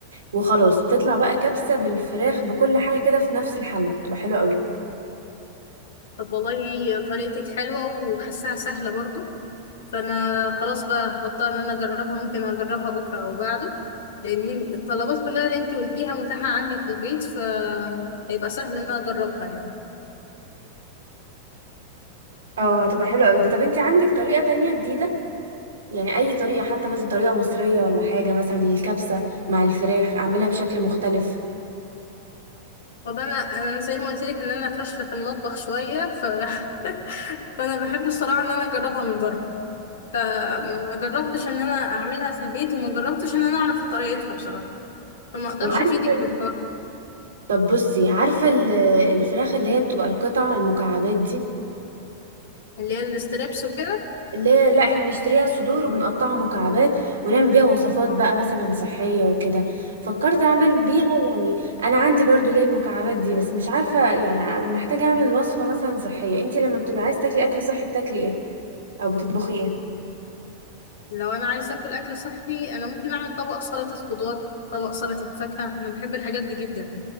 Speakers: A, on the right; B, on the left.
A: وخلاص بتطلع بقى كبسة بالفراخ بكل حاجة كده في نفس الحلة بتبقى حلوة قوي
B: طب والله طريقتك حلوه وحاساها سهله برضو فانا خلاص بقى هحطها ان انا اجربها ممكن اجربها بكره او بعده لان الطلبات كلها اللي انت قلتيها متاحه عندي في البيت فهيبقى سهل ان انا اجربها يعني
A: اه هتبقى حلوة قوي طب انت عندك طريقة تانية جديدة يعني اي طريقة حتى مثلا طريقة مصرية ولا حاجة مثلا للكبسة مع الفراخ اعملها بشكل مختلف
B: طب انا انا زي ما قلت لك ان انا فاشله في المطبخ شويه ف... <laughs> فانا بحب الصراحه ان انا اجربها من بره فما جربتش ان انا اعملها في البيت وما جربتش ان انا اعرف طريقتها بصراحه فما اقدرش
A: وعارفة
B: افيدك
A: ال-
B: بالحوار
A: طب بصي عارفة ال- الفراخ اللي هي بتبقى القطع المكعبات دي
B: اللي هي الاستريبس وكده
A: اللي هي لا احنا بنشتريها صدور وبنقطعها مكعبات ونعمل بيها وصفات بقى مثلا صحية وكده فكرت اعمل بيها يعني انا عندي برضو ليه المكعبات دي بس مش عارفة يعني محتاجة اعمل وصفة مثلا صحية انت لما بتبقى عايز تاكلي اكل صحي بتاكلي ايه او بتطبخي ايه
B: لو انا عايزه اكل اكل صحي انا ممكن اعمل طبق سلطه خضار طبق سلطه فاكهه انا بحب الحاجات دي جدا